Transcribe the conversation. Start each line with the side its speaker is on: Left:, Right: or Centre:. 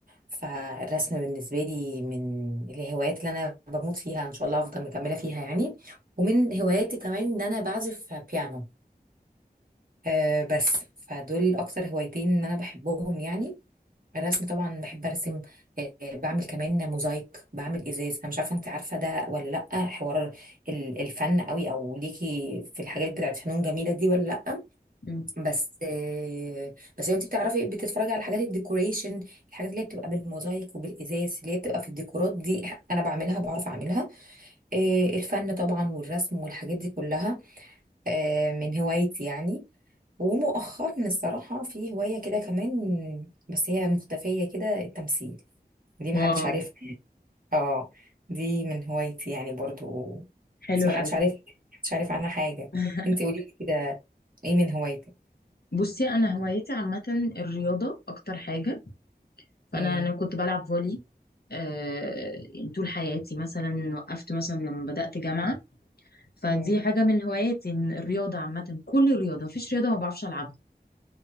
Right: فالرسم بالنسبه لي من الهوايات اللي انا بموت فيها ان شاء الله افضل مكمله فيها يعني ومن هواياتي كمان ان انا بعزف بيانو آه، بس فدول اكتر هوايتين ان انا بحبهم يعني الرسم طبعا بحب ارسم آه، آه، بعمل كمان موزايك بعمل ازاز انا مش عارفه انت عارفه ده ولا لا حوار ال- الفن قوي او ليكي في الحاجات بتاعت فنون جميله دي ولا لا
Left: مم.
Right: بس آه، بس انت بتعرفي بتتفرجي على حاجات الديكوريشن الحاجات اللي هي بتبقى بالموزايك وبالازاز اللي هي بتبقى في الديكورات دي انا بعملها بعرف اعملها آه، الفن طبعا والرسم والحاجات دي كلها آه، من هوايتي يعني ومؤخرا الصراحة في هواية كده كمان بس هي مختفية كده التمثيل دي محدش
Left: واو
Right: عارفها يعني. اه دي من هوايتي يعني برضو
Left: حلو
Right: بس محدش
Left: قوي
Right: عارفها محدش عارف عنها حاجة
Left: <laughs>
Right: انت قولي لي كده ايه من هوايتك
Left: بصي انا هوايتي عامه الرياضه اكتر حاجه فانا
Right: امم
Left: انا كنت بلعب فولي آه، يعني طول حياتي مثلا وقفت مثلا لما بدات جامعه فدي
Right: امم
Left: حاجه من هواياتي إن الرياضه عامه كل الرياضه مفيش رياضه ما بعرفش العبها